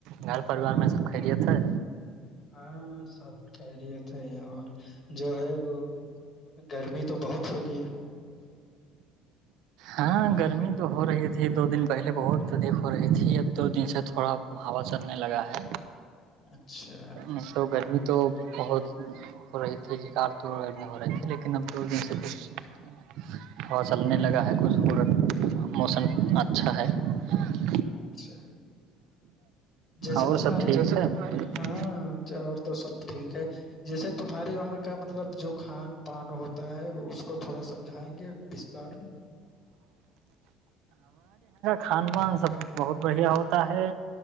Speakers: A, on the right; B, on the left.
A: گھر پریوار میں سب خیریت ہے
B: ہاں سب کہرییے تھے اور جو ہے وہ گرمی تو بہت کھگے
A: ہاں گرمی تو ہو رہی تھی دو دن پہلے بہت ادھک ہو رہی تھی اب دو دن سے تھوڑا ہوا چلنے لگا ہے
B: اچھا
A: اشا گرمی تو بہت ہو رہی تھی جکار تو ہو رہی تھے لیکن اب دو دن سے کچھ ہاں چلنے لگا ہے کچھٹ موسم اچھا ہے <unintelligible>
B: اچھا جیسے
A: اور
B: تمہارے
A: سب ٹھیک ہے
B: ہاں اور تو سب ٹھیک ہے جیسے تمہارے وہاں کا مطلب جو کھان پان ہوتا ہے اس کو تھوڑا سمجھائیں گے بستار میں
A: خھان پان سب بہت بڑھیا ہوت تا ہے